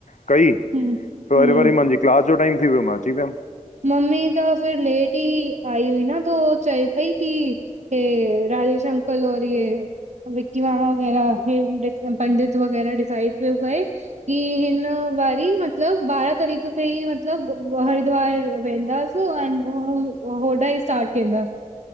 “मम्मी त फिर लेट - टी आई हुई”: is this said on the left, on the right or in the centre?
Right